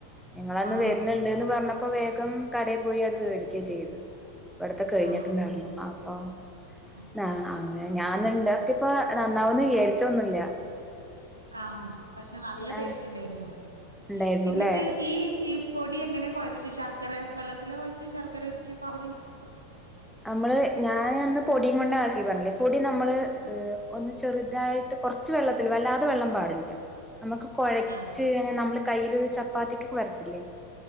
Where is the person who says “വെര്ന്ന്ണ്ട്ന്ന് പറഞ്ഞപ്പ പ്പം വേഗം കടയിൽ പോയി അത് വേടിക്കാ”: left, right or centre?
Centre